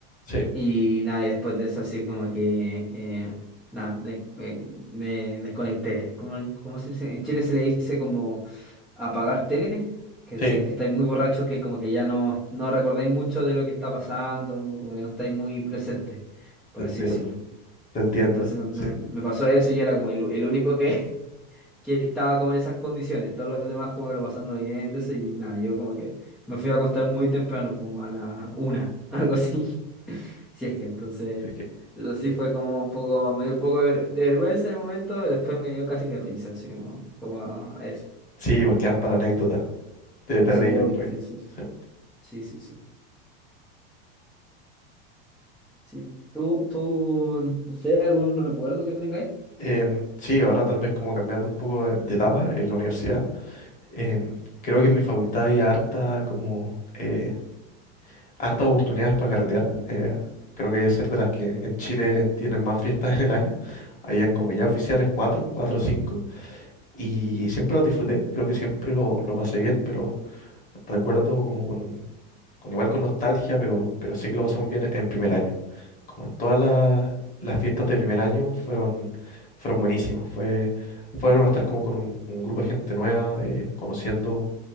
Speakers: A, on the left (about 25°); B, in the centre.
A: sí,
B: Y nada, y después de eso así como que, eh, nada, de- eh, me desconecté. ¿Cómo, cómo se dice? En Chile se le dice como apagar tele, que decir
A: sí,
B: que estáis muy borrachos, que como que ya no, no recordáis mucho de lo que está pasando, como que no estáis muy presentes, por
A: te entiendo,
B: así decirlo.
A: te entiendo,
B: Y entonces me, me-
A: sí.
B: me pasó eso y era como el, el único que, que estaba como en esas condiciones, todos los demás como que lo pasando bien, entonces, y nada, yo como que me fui a acostar muy temprano, como a la una, <laughs> algo así. Si es que entonces,
A: Sí, es que,
B: eso sí fue como un poco, me dio un poco de ver- de vergüenza en el momento, pero después me dio casi que risa, así como, como a a eso.
A: sí, pues quedan para la anécdota, te, te
B: Sí,
A: reí después.
B: hoy, sí, sí,
A: Sí.
B: sí, sí, sí. sí. ¿Tú, tú, no sé, algún otro recuerdo que tengáis?
A: Em, sí, ahora tal vez como cambiando un poco de, de etapa en la universidad, em, creo que en mi facultad había harta como, eh, hartas oportunidades para carretear. eh, creo que es ser de las que en Chile tienen más fiestas en el año. Habían como ya oficiales cuatro, cuatro o cinco Y siempre lo disfruté, creo que siempre lo, lo pasé bien, pero recuerdo como con, con igual con nostalgia, pero, pero sé que lo pasé muy bien en primer año. Como en todas las, las fiestas de primer año fueron, fueron buenísimas. Fue, fue bueno estar como con un, un grupo de gente nueva, eh, conociendo